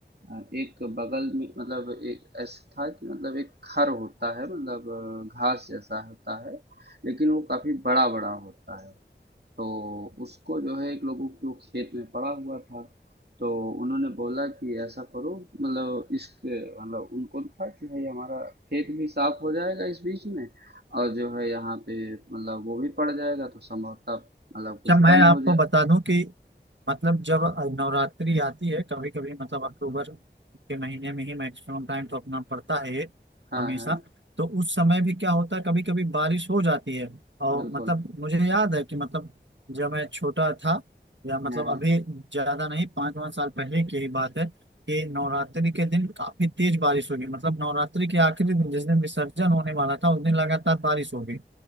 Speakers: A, on the right (about 60°); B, on the right (about 80°).
A: अ, एक बगल में मतलब एक ऐसा था कि मतलब एक खर होता है मतलब अ, घास जैसा होता है लेकिन वो काफी बड़ा बड़ा होता है तो उसको जो है एक लोगों के वो खेत में पड़ा हुआ था तो उन्होंने बोला कि ऐसा करो मतलब इसके मतलब उनको था कि भाई हमारा खेत भी साफ हो जाएगा इस बीच में और जो है यहाँ पे मतलब वो भी पड़ जाएगा तो संभवतः मतलब कुछ
B: अच्छा मैं
A: कम
B: आपको
A: हो जाए
B: बता दूं कि मतलब जब नवरात्रि आती है कभी कभी मतलब अक्टूबर के महीने में ही मैक्सिमम टाइम तो अपना पड़ता है ये
A: हाँ
B: हमेशा
A: हाँ
B: तो उस समय भी क्या होता है कभी कभी बारिश हो जाती है और
A: बिल्कुल
B: मतलब मुझे याद है कि मतलब जब मैं छोटा था या मतलब
A: हाँ हाँ
B: अभी ज्यादा नहीं पाँच पाँच साल पहले की ही बात है कि नवरात्रि के दिन काफी तेज बारिश होगी मतलब नवरात्रि के आखिरी दिन जिस दिन विसर्जन होने वाला था उस दिन लगातार बारिश होगी